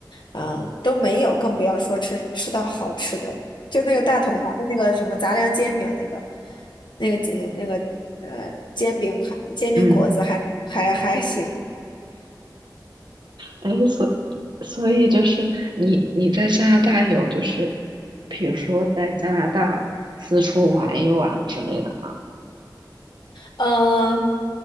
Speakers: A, on the left (about 80°); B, on the right (about 75°).
A: 啊、都没有，更不要说吃吃到好吃的。就那个大统华的那个什么杂粮煎饼，那个那个煎那个呃煎饼还煎饼果子还还还行。
B: 嗯。哎，所所以就是你你在加拿大有就是，比如说在加拿大四处玩一玩之类的吗？
A: 嗯，